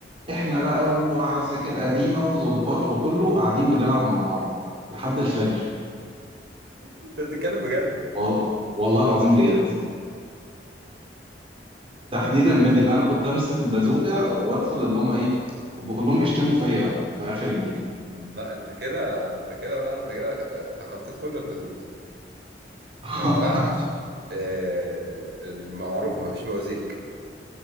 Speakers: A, on the right; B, on the right.
A: احنا بقى وعساكر قديمه وظباط وكله قاعدين بنلعب مع بعض لحد الفجر
B: انت بتتكلم بجد
A: والله والله العظيم بجد تحديدا ميدل انا كنت امسك البازوكه وادخل اللي هم ايه هم كلهم بيشتموا فيا في اخر الجيم
B: لا انت كده انت كده بقى انت كده آه، تخطيت كل الحدود
A: <laughs>
B: ما ينفعش آه، المعروف ما فيش بوازيك